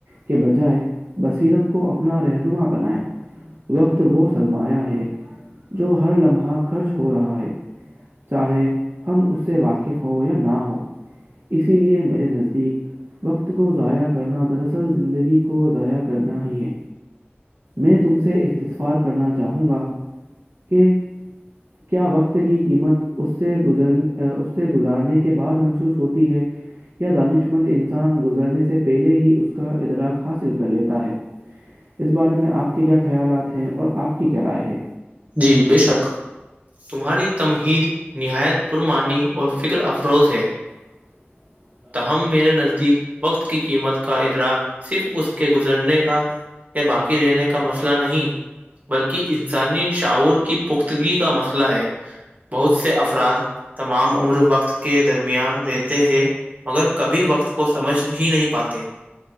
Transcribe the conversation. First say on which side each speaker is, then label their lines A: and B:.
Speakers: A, on the right (about 60°); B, on the right (about 40°).
A: کے بجائے بصیرت کو اپنا رہنما بنائیں وقت وہ سرمایہ ہے جو ہر لمحہ خرچ ہو رہا ہے چاہے ہم اس سے واقف ہوں یا نہ ہو اسی لیے میرے نزدیک وقت کو ضائع کرنا دراصل زندگی کو ضائع کرنا ہی ہے میں تم سے استسفار کرنا چاہوں گا کہ کیا وقت کی قیمت اس اس سے گزارنے کے بعد محسوس ہوتی ہے یا دانش مند انسان گزرنے سے پہلے ہی اس کا ادراک حاصل کر لیتا ہے اس بارے میں آپ کے کیا خیالات ہیں اور آپ کی کیا رائے ہے
B: جی بے شک تمہاری تمہید نہایت پرمانی اور فکر افروز ہے
A: <inaudible>
B: ت ہمم میرے نزدیک وقت کی قیمت کا ادراک صرف اس کے گزرنے کا یا باقی رہنے کا مسئلہ نہیں بلکہ انسانی شاعور کی پختگی کا مسئلہ ہے بہت سے افراد تمام عمر وقت کے درمیان رہتے ہیں مگر کبھی وقت کو سمجھ ہی نہیں پاتے